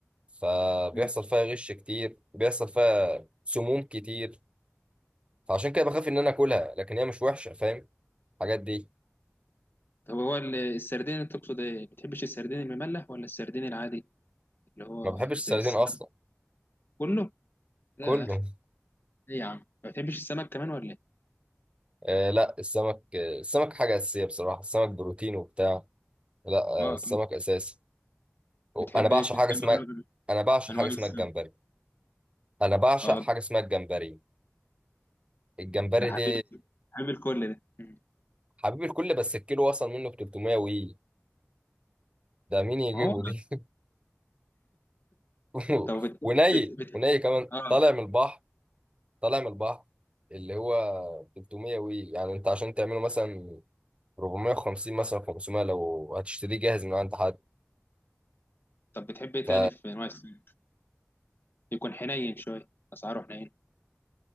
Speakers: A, on the right (about 25°); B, on the left (about 50°).
A: فبيحصل
B: أوي.
A: فيها غش كتير بيحصل فيها سموم كتير فعشان كده بخاف ان انا اكلها لكن هي مش وحشه فاهم الحاجات دي
B: طب هو ال- السردين اللي تقصد ايه؟ ما بتحبش السردين المملح ولا السردين العادي اللي هو
A: ما بحبش السردين
B: زي السمك
A: اصلا
B: كله؟ لا
A: كله
B: يا اخي
A: <laughs>
B: ايه يا عم؟ ما بتحبش السمك كمان ولا ايه؟
A: آه لا السمك آه السمك حاجه اساسيه بصراحه السمك بروتين وبتاع لا آه
B: اه
A: السمك اساسي
B: بتحب
A: انا بعشق
B: ايه في
A: حاجه
B: السمك؟
A: اسمها
B: أنواع-
A: انا بعشق
B: انواع
A: حاجه اسمها
B: السمك
A: الجمبري انا بعشق
B: اه
A: حاجه اسمها الجمبري الجمبري
B: ده حبيب
A: دي
B: حبيب الكل ده مم.
A: حبيب الكل بس الكيلو وصل منه ب 300 وي ده مين يجيبه
B: ما هو
A: دي <laughs>
B: طب بت...
A: وني
B: بت... بت...
A: وني كمان
B: اه
A: طالع من البحر طالع من البحر اللي هو 300 وي يعني انت عشان تعمله مثلا 450 مثلا 500 لو هتشتريه جاهز من عند حد
B: طب بتحب ايه
A: ف
B: تاني في انواع السمك؟ يكون حنين شويه اسعاره حنين